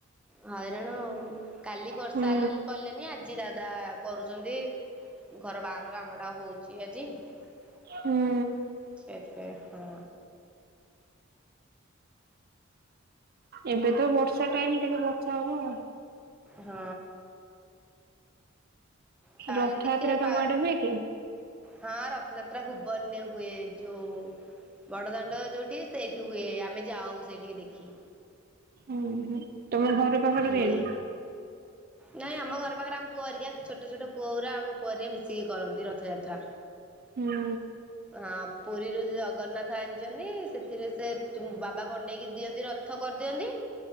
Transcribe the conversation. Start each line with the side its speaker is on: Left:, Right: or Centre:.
Centre: ହଇରାଣ ଆଉ କାଲି ବର୍ଷା
Right: ହୁଁ
Centre: ହେଲା ବୋଲି କଲେନି ଆଜି ଦାଦା କରୁଚିନ୍ତି ଘର ବାହାର କାମଟା ହୋଉଚି ଆଜି। ସେଥିପାଇଁ
Right: ହୁଁ
Centre: ହଁ।
Right: ଏବେ ତ ବର୍ଷା ଟାଇମ ଟିକେ ବର୍ଷା ହବ ଆଉ।
Centre: ହଁ। ଚାଲେ
Right: ରଥଯାତ୍ରା
Centre: ଟିକେ
Right: ତମ
Centre: ପା
Right: ଆଡେ ହୁଏ କି?
Centre: ହଁ ରଥଯାତ୍ରା ଭୁବନରେ ହୁଏ ଯୋଉ ବଡଦାଣ୍ଡ ଯୋଉଠି ସେଇଠି ହୁଏ ଆମେ ଯାଉ ସେଇଠିକି ଦେଖି।
Right: ଉଁ ହୁଁ। ତମ ଘର ପାଖରେ
Centre: ହୁଁ।
Right: ହୁଏନି?
Centre: ନାଇଁ ଆମ ଘର ପାଖରେ ଆମ ପୁଅ ହେରିକା ଛୋଟ ଛୋଟ ପୁଅଓର ଆ ପରେ ମିଶିକି କରନ୍ତି ରଥଯାତ୍ରା
Right: ହୁଁ
Centre: ହଁ ପୁରୀରୁ ଜଗନ୍ନାଥ ଆଣିଚିନ୍ତି ସେଥୁରୁ ସେ ବା ପା ବନେଇକି ଦିଅନ୍ତି ର ଥ କରିଦିଅନ୍ତି।